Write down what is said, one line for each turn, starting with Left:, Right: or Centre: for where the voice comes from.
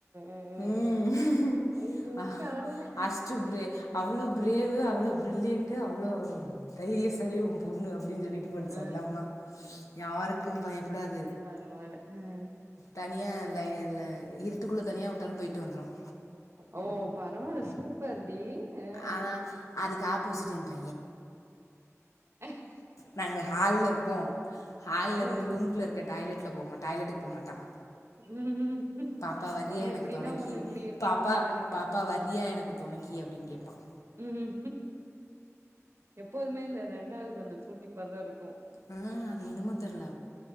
Right: ஆ ஆ
Left: ம்
Right: ஆ ஐயோ
Left: அ
Right: கடவுளே ஆ
Left: அஸ்ட்டுபிரே அவ்ளோ பிரேவு அவ்ளோ பிரில்லியண்ட் அவ்ளோ தைரிய சாளி உன் பொண்ணு அப்டின்னு சொல்லி <unintelligible>
Right: ஆ
Left: சந்தம்மா
Right: ஆ.
Left: யாருக்கும் பயப்படாது
Right: பரவால்ல ம்
Left: தனியா இல்ல இல்ல இருட்டுகுள்ள தனியா வுட்டாலும் போயிட்டு வந்துரும்
Right: ஓ பரவால்ல சூப்பர்டி ஆ
Left: ஆனா அதுக்கு ஆப்போசிட் என் பையன்
Right: அஹ்
Left: நாங்க ஹால்ல இருப்போ ஹால்ல
Right: ஆ ஆ
Left: இருந்து ரூமுக்குள்ள இருக்க டாய்லெட்ல போமா டாய்லெட்டுக்கு போ மாட்டான்
Right: ம்
Left: பாப்பா வறியா
Right: ஒண்ணு
Left: எனக்கு
Right: இப்டின்னா
Left: தொனைக்கி
Right: ஒண்ணு இப்டி இருக்கணும்ல
Left: பாப்பா
Right: கண்டிப்பா
Left: பாப்பா வர் றியா எனக்கு தொனைக்கி அப்டின்னு கேப்பான்
Right: ம் எப்போதுமே இந்த ரெண்டாது கொஞ்சோ சூட்டிப்பாதான் இருக்கும்
Left: அ அது என்னமோ தெர்ல